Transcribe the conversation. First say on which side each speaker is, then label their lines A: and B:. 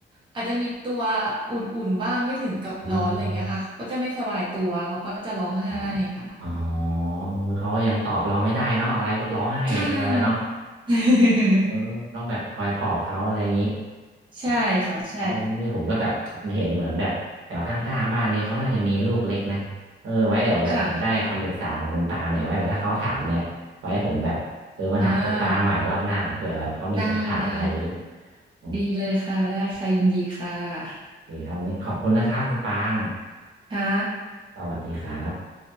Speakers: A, on the right; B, on the right.
A: อาจจะมีตัวอุ่นๆบ้างไม่ถึงกับร้อนอะไรอย่างเงี้ยค่ะเขาก็จะไม่สบายตัวเขาก็จะร้องไห้ค่ะ
B: อ่า อ๋ออ๋อเออเขาก็ยังตอบเราไม่ได้เนาะอะไรก็ร้องไห้อย่างเดียวเลยเนาะ
A: ใช่ <laughs>
B: เออต้องแบบคอยปลอบเขาอะไรอย่างนี้
A: ใช่ค่ะใช่
B: อ๋อเออนี่ผมก็แบบเห็นเหมือนแบบแถวข้างๆบ้านนี่เขาน่าจะมีลูกเล็กนะเออไว้เดี๋ยวแบบผมได้คำปรึกษาของคุณปางเนี่ยไว้แบบถ้าเขาถามเนี่ยไว้ผมแบบเออมาถามคุณปางใหม่รอบหน้าเผื่อแบบเขามีคำถามอะไรอย่างนี้
A: ค่ะอ่าได้ได้
B: โอ
A: ดีเลยค่ะได้ค่ะยินดีค่ะ
B: เคครับวันนี้ขอบคุณนะครับคุณปาง
A: ค่ะ
B: สวัสดีครับ